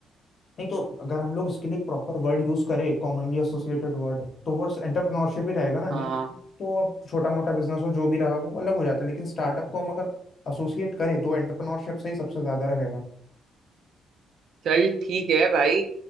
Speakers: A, on the left; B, on the right.
A: नहीं तो अगर हम लोग इसके लिए प्रॉपर वर्ड यूज करें कॉमनली एसोसिएटेड वर्ड तो वो एंटरप्रेन्योरशिप ही रहेगा ना नहीं
B: है
A: तो अब छोटा मोटा बिजनेस हो जो भी रहा वो अलग हो जाता है लेकिन स्टार्टअप को हम अगर एसोसिएट करें तो एंटरप्रेन्योरशिप से ही सबसे ज्यादा रहेगा
B: चल ठीक है भाई